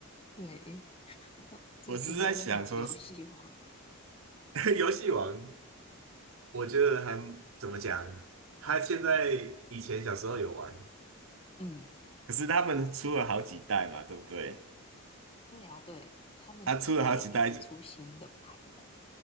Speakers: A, on the left (about 25°); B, on the right (about 65°).
A: 对，<laughs> 我只停留在什么游戏王。
B: 我是在想说，<laughs> 游戏王，我觉得还怎么讲，他现在以前小时候有玩，
A: 嗯，
B: 可是他们出了好几代嘛，对不对？
A: 对啊，对，他们就应该有一直出新的牌吧？
B: 他出了好几代，